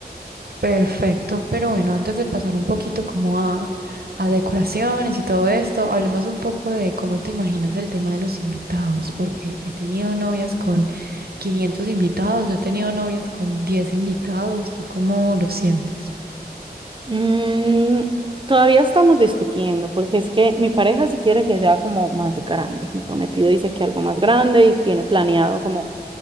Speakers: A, on the right; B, on the right.
A: Perfecto, pero bueno, antes de pasar un poquito como a, a decoraciones y todo esto, hablemos un poco de cómo te imaginas el tema de los invitados, porque he tenido novias con 500 invitados, he tenido novias con 10 invitados, ¿tú cómo lo sientes?
B: Mm, todavía estamos discutiendo, porque es que mi pareja sí quiere que sea como más grande. Mi prometido dice que algo más grande y tiene planeado como